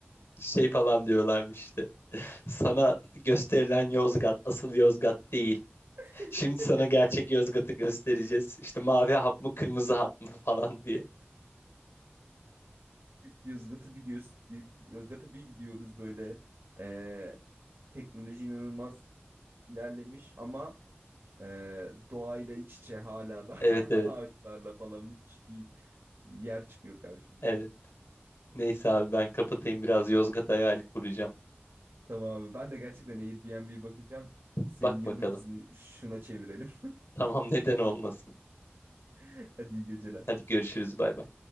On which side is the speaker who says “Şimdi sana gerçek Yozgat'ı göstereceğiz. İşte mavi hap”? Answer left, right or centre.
Left